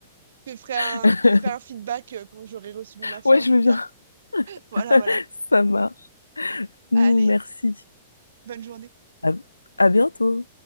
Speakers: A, on the right; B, on the left.
A: Je te ferai un,
B: <laughs>
A: je te ferai un feedback euh, quand j'aurai reçu mon matcha,
B: Ouais,
A: en
B: je
A: tout
B: veux bien.
A: cas. <laughs> Voilà,
B: <laughs>
A: voilà.
B: Ça marche. Hmm,
A: Allez,
B: merci.
A: bonne journée.
B: à à bientôt.